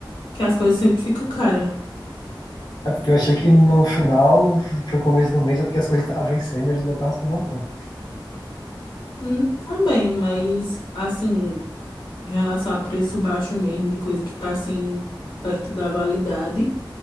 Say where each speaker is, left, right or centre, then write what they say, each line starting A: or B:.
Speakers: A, on the left (about 80°); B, on the left (about 55°).
A: que as coisas sempre ficam caras.
B: É porque eu achei que no final, pro começo do mês, é porque as coisas estavam vencendo, eles botavam as promoções.
A: Hum, também, mas assim, em relação a preço baixo mesmo, de coisa que tá assim, perto da validade,